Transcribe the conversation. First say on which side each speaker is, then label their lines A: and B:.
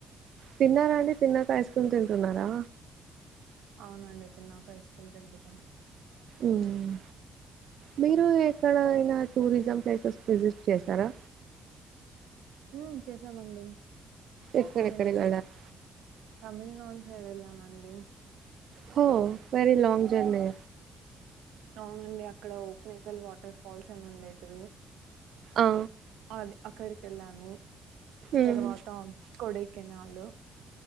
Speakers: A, on the right; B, on the right.
A: తిన్నారా అండి తిన్నాక ఐస్ క్రీమ్ తింటున్నారా
B: అవునండి తిన్నాక ఐస్ క్రీమ్ తింటున్నాం
A: ఉమ్మ్ మీరు ఎక్కడైనా టూరిజం ప్లేసెస్ విజిట్ చేసారా
B: మ్మ్ చేసామండి
A: ఎక్కడెక్కడికి
B: నేను
A: వెళ్ళారు
B: తమిళ అటు సైడ్ వెళ్ళామండి
A: హో వెరీ లాంగ్ జర్నీ
B: అవునండి అక్కడ ఓక్ మేకల్ వాటర్ ఫాల్స్ అని ఉండేటివి
A: ఆ
B: అది అక్కడికి వెళ్ళాను
A: ఉమ్.
B: తర్వాత కొడై కొడైకెనాల్